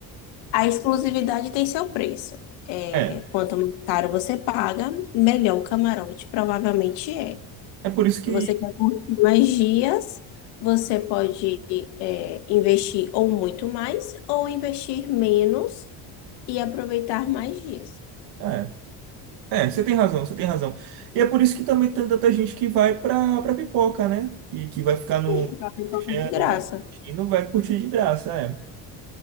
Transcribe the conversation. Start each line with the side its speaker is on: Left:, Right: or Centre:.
Left: a exclusividade tem seu preço. É,
Right: é
Left: quanto mais caro você paga, melhor o camarote provavelmente é.
Right: É por isso que.
Left: Você quer curtir mais dias, você pode é, investir ou muito mais, ou investir menos e aproveitar mais dias.
Right: É, é, você tem razão, você tem razão. E é por isso que também tem tanta gente que vai pra, pra pipoca, né? Que, que vai ficar
Left: Sim,
Right: no
Left: porque a pipoca
Right: chão
Left: é de graça.
Right: lá e não vai curtir de graça, é.